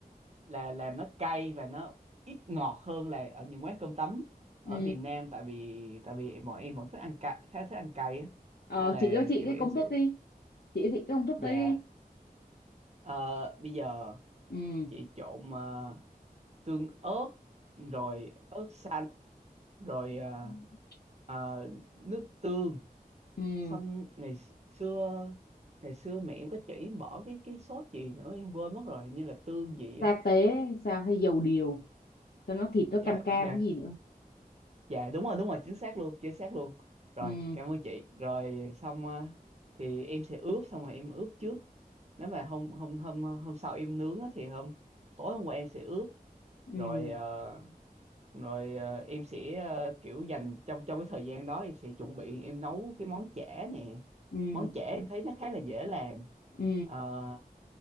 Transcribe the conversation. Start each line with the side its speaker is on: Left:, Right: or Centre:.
Right: là làm nó cay và nó ít ngọt hơn là ở những quán cơm tấm ở
Left: ừ.
Right: miền Nam tại vì tại vì bọn em vẫn thích ăn cay khá thích ăn cay á
Left: Ờ,
Right: nên là
Left: chị cho chị
Right: kiểu
Left: cái
Right: em
Left: công
Right: sẽ
Left: thức đi chị cho chị cái công thức
Right: dạ
Left: đấy đi
Right: ờ, bây giờ
Left: ừ.
Right: chị trộn ờ, tương ớt rồi ớt xanh rồi ờ,
Left: Ừ.
Right: ờ, nước tương
Left: ừ.
Right: xong ngày xưa ngày xưa mẹ em có chỉ em bỏ cái cái sốt gì nữa em quên mất rồi hình như là tương gì
Left: sa
Right: á
Left: tế sao hay dầu điều cho nó thịt nó
Right: dạ
Left: cam cam
Right: dạ
Left: cái gì nữa
Right: dạ đúng rồi đúng rồi chính xác luôn chính xác luôn rồi
Left: ừ
Right: cảm ơn chị rồi xong ờ, thì em sẽ ướp xong rồi em ướp trước nếu mà hôm hôm hôm hôm sau em nướng á, thì hôm tối hôm qua em sẽ ướp
Left: ừ
Right: rồi ờ, rồi ờ, em sẽ ờ, kiểu dành trong trong cái thời gian đó em sẽ chuẩn bị em nấu cái món chả nè
Left: ừ
Right: món chả em thấy nó khá là dễ làm
Left: ừ
Right: Ờ,